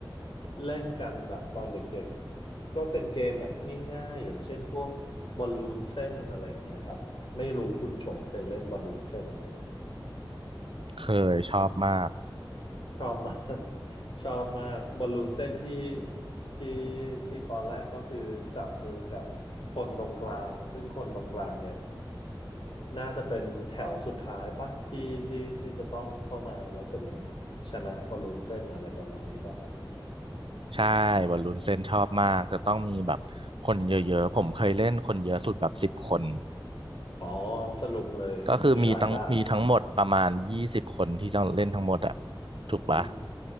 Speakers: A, on the left; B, on the right.
A: เล่นกันแบบตอนเด็กๆก็เป็นเกมแบบง่ายๆอย่างเช่นพวกบอลลูนเส้นอะไรอย่างเงี้ยครับไม่รู้คุณชงเคยเล่นบอลลูนเส้นไหม
B: เคยชอบมาก
A: ชอบมาก <laughs> ชอบมากบอลลูนเส้นที่ที่ที่ตอนแรกก็คือจับมือกับคนตรงกลางซึ่งคนตรงกลางเนี่ย น่าจะเป็นแถวสุดท้ายปะที่ที่ที่จะต้องเข้ามาแล้วเสร็จแล้วชนะบอลลูนเส้นอะไรประมาณนี้ป่ะครับ
B: ใช่บอลลูนเส้นชอบมาก จะต้องมีแบบคนเยอะๆ ผมเคยเล่นคนเยอะสุดแบบสิบคน
A: อ๋อสนุกเลยมีหลายด้าน
B: ก็คือมีทั้งมีทั้งหมดประมาณยี่สิบคนที่จะเล่นทั้งหมดอะถูกปะ
A: อืม